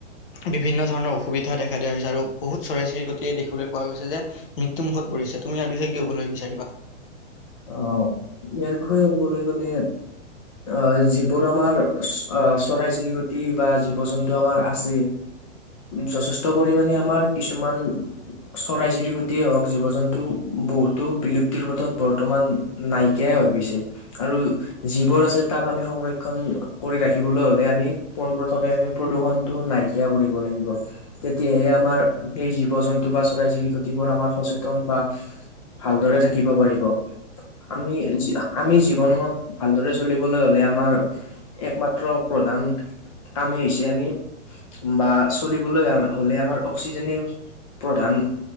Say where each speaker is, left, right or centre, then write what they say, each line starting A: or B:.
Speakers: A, on the left (about 45°); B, on the left (about 30°).
A: বিভিন্ন ধৰণৰ অসুবিধা দেখা দিয়া হৈছে আৰু বহুত চৰাই চিৰিকতিয়ে দেখিবলৈ পোৱা গৈছে যে মৃ ত্যু মুখত পৰিছে তুমি ইয়াৰ বিষয়ে কি ক'বলৈ বিচাৰিবা
B: অ ইয়াৰ বিষয়ে কবলৈ গলে। আহ যিবোৰ আমাৰ আহ চৰাই চিৰিকটি বা জীৱ জন্তু আমাৰ আছে যথেষ্ট পৰিমাণে আমাৰ কিছুমান চৰাই চিৰিকটিয়ে হওক জীৱ- জন্তু বহুতো বিলুপ্তিৰ পথত বৰ ৰ্তমান নাইকিয়াই হৈ গৈছে আৰু যিবোৰ আছে তাক আমি সংৰক্ষণ কৰি ৰাখি দিবলৈ হলে আমি পোন প্ৰথমে আমি প্ৰদূষণটো নাইকিয়া কৰিব লাগিব তেতিয়াহে আমাৰ সেই জীৱ জন্তু বা চৰাই চিৰিকতিবোৰ আমাৰ সচেতন বা ভালদৰে থাকিব পাৰিব- আমি আমি জীৱনত ভালদৰে চলিবলৈ হলে আমাৰ একমাত্ৰ প্ৰধান কামেই হৈছে আমি বা চলিবলৈ হলে আমাৰ অক্সিজেনেও প্ৰধান